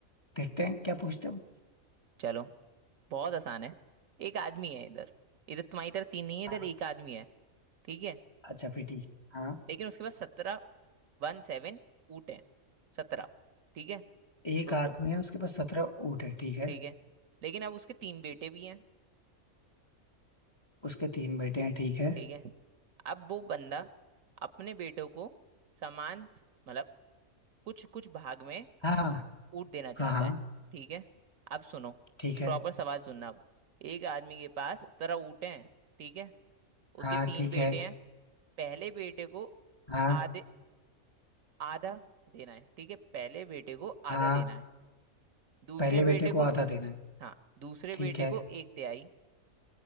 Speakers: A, on the left; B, on the right.
A: देखते हैं क्या पूछते हो
B: चलो बहुत आसान है एक आदमी है इधर इधर तुम्हारी तरह तीन नहीं है इधर
A: हाँ
B: एक आदमी है ठीक है
A: अच्छा फिर ठीक है। हाँ
B: लेकिन उसके पास सत्रह वन सेवन ऊँट है सत्रह ठीक है
A: एक
B: सुन
A: आदमी
B: लो
A: है उसके पास सत्रह ऊँट है ठीक है
B: ठीक है लेकिन अब उसके तीन बेटे भी हैं
A: उसके तीन बेटे हैं ठीक है
B: ठीक है अब वो बंदा अपने बेटों को समान स- मतलब कुछ कुछ भाग में
A: हाँ हाँ
B: ऊट देना चाहता
A: हाँ हाँ
B: है ठीक है अब सुनो
A: ठीक है
B: प्रॉपर सवाल सुनना अब एक आदमी के पास सत्रह ऊँट हैं ठीक है
A: हाँ
B: उसके तीन
A: ठीक
B: बेटे
A: है
B: हैं पहले बेटे को
A: हाँ
B: आधे आधा देना है ठीक है पहले बेटे को
A: हाँ
B: आधा देना है दूसरे
A: पहले
B: बेटे
A: बेटे को आधा
B: को
A: देना है
B: हाँ दूसरे
A: ठीक
B: बेटे
A: है
B: को एक तिहाई